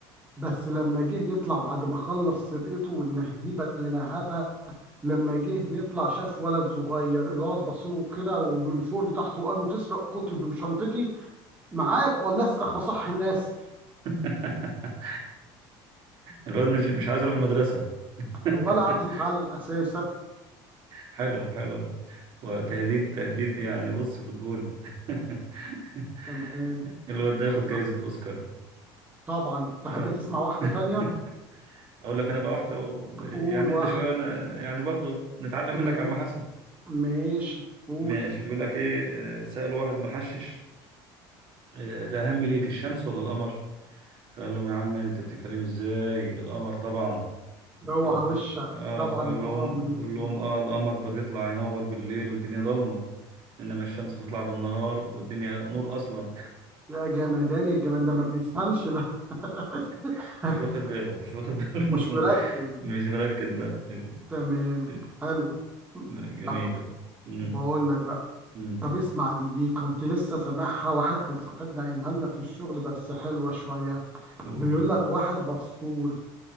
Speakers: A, on the right; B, on the right.
A: بس لما جه يطلع بعد ما خلص سرقته والنهيبة اللي نهبها لما جه يطلع شاف ولد صغير الولد بصله كده ومن فوق لتحت وقال له تسرق كتبي وشنطتي معاك ولا اصرخ وصح الناس
B: <laughs> الواد مش مش عايز يروح المدرسة <laughs>
A: ولا عاوز يتعلم أساسا
B: حلوة حلوة وتهديد تهديد يعني بص في الجون <laughs>
A: تمام
B: الواد ده ياخد
A: مع-
B: جايزة أوسكار
A: طبعا تحب
B: آه.
A: تسمع واحدة تانية
B: <laughs> أقول لك أنا بقى واحدة و... يعني
A: قول واحدة
B: أنت شوية وأنا يعني برضه نتعلم
A: ما-
B: منك يا عم حسن
A: ماشي قول
B: ماشي يقول لك ايه آه، سأله واحد محشش آه، الأهم ليك الشمس ولا القمر؟ فقال لهم يا عم انت بتتكلم ازاي؟ القمر طبعا
A: اوعى
B: ال-
A: وشك
B: اه
A: طبعا
B: فقال
A: القمر
B: لهم
A: من وجهة
B: قول لهم
A: نظره
B: اه القمر ده بيطلع ينور بالليل والدنيا ضلمة انما الشمس بتطلع بالنهار والدنيا نور اصلا
A: يا جمدان الجمال ده ما بيفهمش بقى <laughs>
B: <laughs> مش واخد باله مش واخد باله
A: مش مركز
B: <laughs> مش مركز لا ال-
A: تمام
B: ال-
A: حلوة
B: لا، جميلة
A: طب
B: مم،
A: بقول لك بقى
B: مم،
A: طب اسمع دي دي كنت لسه سامعها واحد كان صاحبنا قايلها لنا في الشغل بس حلوة شوية
B: قول
A: بيقول لك واحد مسطول